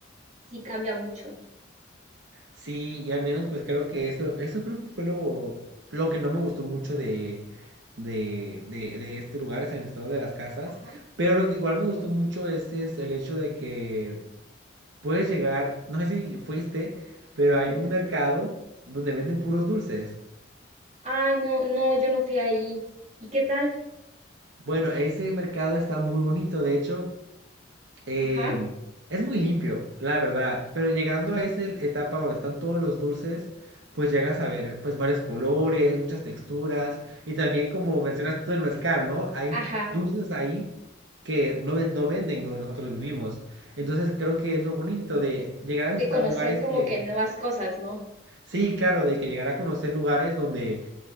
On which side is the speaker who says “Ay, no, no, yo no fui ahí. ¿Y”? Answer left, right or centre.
Right